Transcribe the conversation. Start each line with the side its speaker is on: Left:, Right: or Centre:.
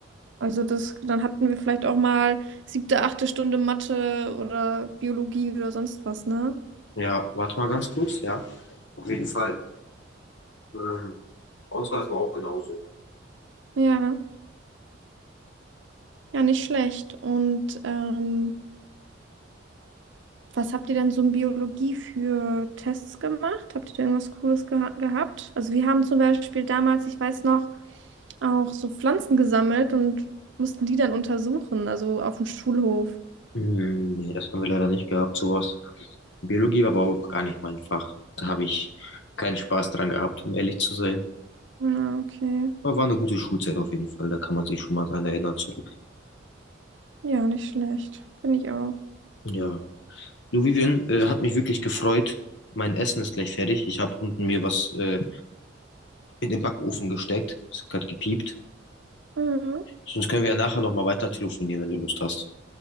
Right: Also das, dann hatten wir vielleicht auch mal siebte, achte Stunde Mathe oder Biologie oder sonst was, ne?
Left: Ja, warte mal ganz kurz. Ja, auf jeden Fall. Ähm, bei uns war das aber auch genauso.
Right: Ja, ja, nicht schlecht. Und ähm, was habt ihr denn so in Biologie für Tests gemacht? Habt ihr da irgendwas Cooles geha gehabt? Also wir haben zum Beispiel damals, ich weiß noch, auch so Pflanzen gesammelt und mussten die dann untersuchen, also auf dem Schulhof.
Left: Hm, Nee, das haben wir leider nicht gehabt, sowas. Biologie war aber auch gar nicht mein Fach. Da habe ich keinen Spaß dran gehabt, um ehrlich zu sein.
Right: Ja, okay.
Left: Aber war eine gute Schulzeit auf jeden Fall, da kann man sich schon mal dran erinnern zurück.
Right: Ja, nicht schlecht. Finde ich auch.
Left: Ja. Du, Vivian, äh, hat mich wirklich gefreut. Mein Essen ist gleich fertig. Ich habe unten mir was äh, in den Backofen gesteckt. Es hat gerade gepiept.
Right: Mhm.
Left: Sonst können wir ja nachher nochmal weiter telefonieren, wenn du Lust hast.